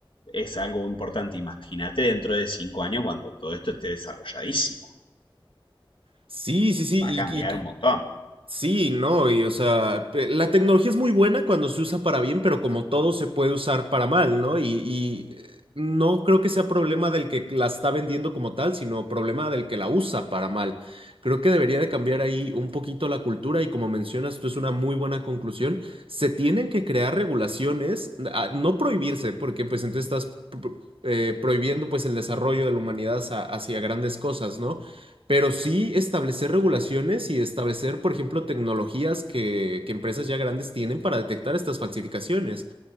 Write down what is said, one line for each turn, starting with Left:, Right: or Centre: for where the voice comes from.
Left: es algo importante. Imagínate dentro de cinco años cuando todo esto esté desarrolladísimo.
Right: Sí, sí, sí.
Left: Va a cambiar
Right: Y,
Left: un montón.
Right: Sí, no, y o sea, pe- la tecnología es muy buena cuando se usa para bien, pero como todo se puede usar para mal, ¿no? Y, y, eh, no creo que sea problema del que la está vendiendo como tal, sino problema del que la usa para mal. Creo que debería de cambiar ahí un poquito la cultura y como mencionas, tú es una muy buena conclusión. Se tienen que crear regulaciones, ah, no prohibirse, porque pues entonces estás pro- pro- eh, prohibiendo pues el desarrollo de la humanidad hacia hacia grandes cosas, ¿no? Pero sí establecer regulaciones y establecer, por ejemplo, tecnologías que, que empresas ya grandes tienen para detectar estas falsificaciones.